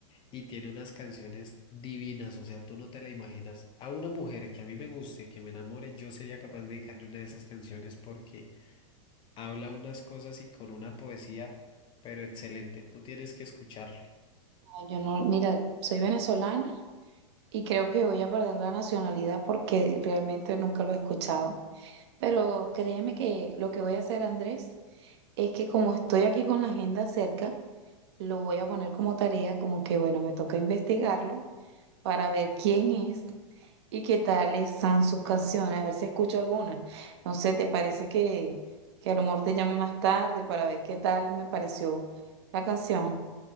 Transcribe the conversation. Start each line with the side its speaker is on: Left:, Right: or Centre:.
Left: y tiene unas canciones divinas, o sea, tú no te la imaginas. A una mujer que a mí me guste, que me enamore, yo sería capaz de dedicarle una de esas canciones porque habla unas cosas y con una poesía, pero excelente. Tú tienes que escucharlo.
Right: Ay, Yo no, mira, soy venezolana y creo que voy a perder la nacionalidad porque realmente nunca lo he escuchado. Pero créeme que lo que voy a hacer, Andrés, Es que como estoy aquí con la agenda cerca, lo voy a poner como tarea, como que bueno, me toca investigarlo para ver quién es y qué tales son sus canciones, a ver si escucho alguna. No sé, ¿te parece que, que a lo mejor te llame más tarde para ver qué tal me pareció la canción?